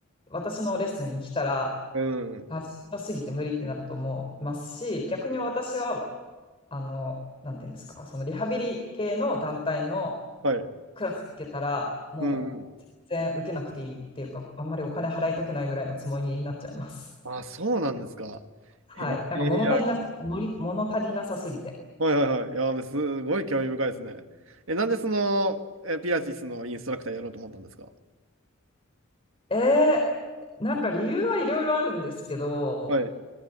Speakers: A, on the left; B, on the right.
A: 私のレッスンに来たら、
B: うん。
A: あ、しんどすぎて無理ってなると思いますし、逆に私は、あの、なんていうんですか、そのリハビリ系の団体の
B: はい。
A: クラス行けたら、もう全然受けなくていいっていうか、
B: うん。うん
A: あんまりお金払いたくないぐらいのつもりになっちゃいます。
B: あ、そうなんですか。
A: はい。
B: へえ、
A: なんか物足りな、のり物足りなさすぎて。
B: はいはいはい。いや、すごい興味深いですね。え、なんでその、え、ピラティスのインストラクターやろうと思ったんですか
A: ええなんか理由はいろいろあるんですけど、
B: はい。